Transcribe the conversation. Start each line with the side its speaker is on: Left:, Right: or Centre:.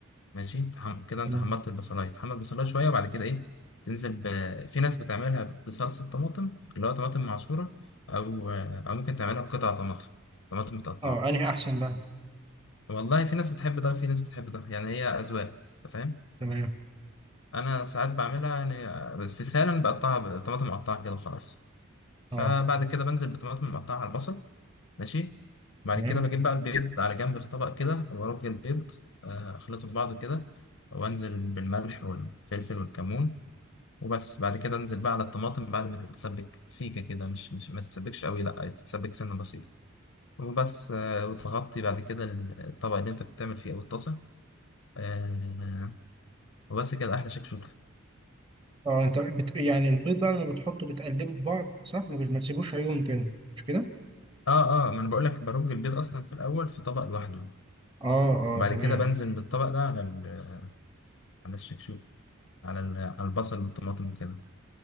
Left: ماشي تحم... كده انت
Right: تمام.
Left: حمرت البصلايه تحمر البصلايه شويه وبعد كده ايه تنزل ب... في ناس بتعملها بصلصه طماطم اللي هو طماطم معصوره او او ممكن تعملها بقطع طماطم طماطم متقطعه
Right: اه انهي احسن بقى
Left: والله في ناس بتحب ده وفي ناس بتحب ده يعني هي اذواق أنت فاهم
Right: تمام
Left: انا ساعات بعملها يعني آه، بس سهلا بقطعها بطماطم مقطعه كده وخلاص فبعد
Right: اه
Left: كده بنزل بطماطم مقطعه على البصل ماشي بعد
Right: تمام
Left: كده بجيب بقى البيض على جنب في طبق كده وارج البيض آه، اخلطه في بعضه كده وانزل بالملح والفلفل والكمون وبس بعد كده انزل بقى على الطماطم بعد ما تتسبك سيكه كده مش مش ما تتسبكش قوي لا تتسبك سنه بسيطه وبس آه، وتغطي بعد كده الطبق اللي انت بتعمل فيه او الطاسه آه، وبس كده احلى شكشوكه
Right: اه انت بت... يعني البيض بقى لما بتحطه بتقلبه في بعض صح ما بت- ما تسيبوش عيون كده مش كده
Left: اه اه ما انا بقول لك برج البيض اصلا في الاول في طبق لوحده
Right: اه اه
Left: وبعد
Right: تمام
Left: كده بنزل بالطبق ده على ال- على الشكشوكه على ال- على البصل والطماطم وكده